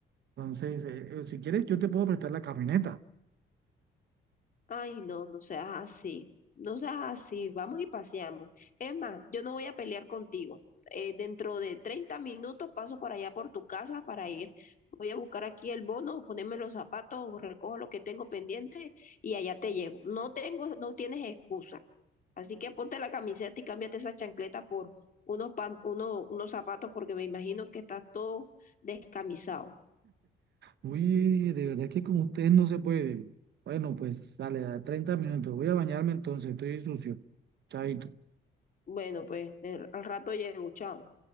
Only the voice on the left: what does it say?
Ay, no, no seas así, no seas así, vamos y paseamos. Es más, yo no voy a pelear contigo. Eh, dentro de 30 minutos paso por allá por tu casa para ir. Voy a buscar aquí el bono, ponerme los zapatos, recojo lo que tengo pendiente y allá te llego. No tengo, no tienes excusa. Así que ponte la camiseta y cámbiate esa chancleta por unos pan- uno- unos zapatos porque me imagino que estás todo descamisado.
Bueno, pues eh, al rato llego, chao.